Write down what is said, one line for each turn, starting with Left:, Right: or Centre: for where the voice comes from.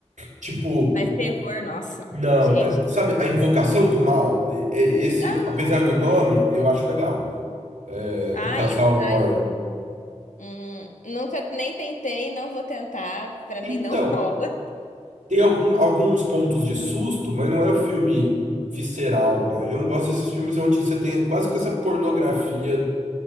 Right: Tipo,
Left: mas terror, nossa,
Right: não,
Left: gente.
Right: a- sabe, a invocação do mal, E- e- esse,
Left: Ah,
Right: apesar do nome, eu acho legal, é,
Left: ai,
Right: do casal
Left: eu,
Right: Warren.
Left: ai, não. Hum, nunca nem tentei, não vou tentar. Pra
Right: Então,
Left: mim não <laughs> rola.
Right: tem algum, alguns pontos de susto, mas não é um filme visceral, né? Eu não gosto desses filmes onde você tem quase que essa pornografia